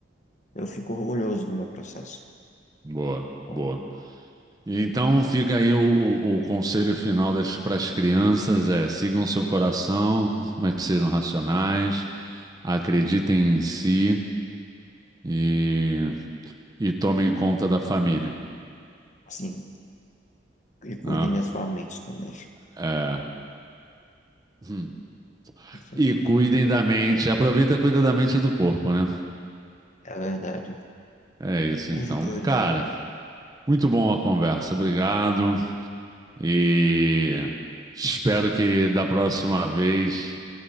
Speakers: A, on the left (about 40°); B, on the right (about 20°).
A: eu fico orgulhoso do meu processo.
B: boa,
A: Então,
B: boa. E Então fica aí o, o, o conselho final para as crianças é sigam seu coração, mas sejam racionais, acreditem em si e, e tomem conta da família,
A: sim. E
B: né?
A: cuidem da sua mente também,
B: É. Hum.
A: com certeza.
B: E cuidem da mente, aproveita e cuida da mente e do corpo, né?
A: É verdade.
B: É isso então,
A: Os dois
B: cara.
A: juntos.
B: Muito bom a conversa, obrigado. E espero que da próxima vez